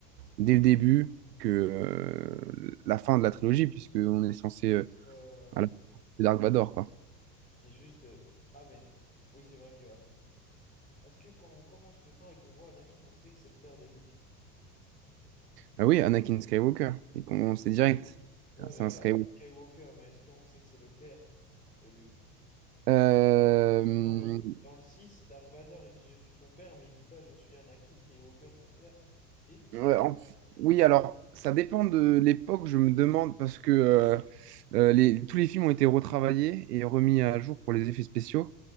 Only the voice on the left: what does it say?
ouais, ouais. ouais.
Et juste. euh, Ah, mais. Oui, c'est vrai que. à f- Est-ce que quand on commence le un et qu'on voit Anakin, on sait que c'est le père de Luke?
Oui. Ouais,
mais
euh,
Skywalker, mais est-ce qu'on sait que c'est le père de Luke?
Parce que dans le, dans le six Dark Vador, il dit je suis ton père, mais il dit pas je suis Anakin Skywalker, ton père. Si?